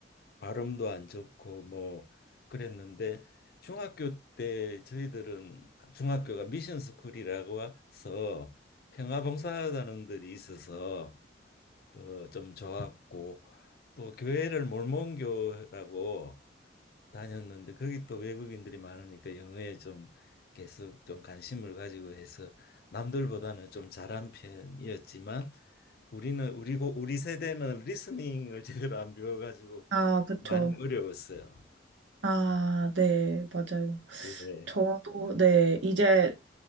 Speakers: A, on the left; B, on the right.
A: 발음도 안 좋고 뭐 그랬는데 중학교 때 저희들은 중학교가 미션 스쿨이라고 해서 평화봉사단원들이 있어서 그 좀 좋았고 또 교회를 몰몬교라고 다녔는데 거기 또 외국인들이 많으니까 영어에 좀 계속 좀 관심을 가지고 해서 남들보다는 좀 잘한 편이었지만 우리는 우리고 우리 세대는 리스닝을 제대로 안 배워가지고
B: 아, 그쵸.
A: 많이 어려웠어요.
B: 아, 네, 맞아요.
A: 예.
B: 저도, 네, 이제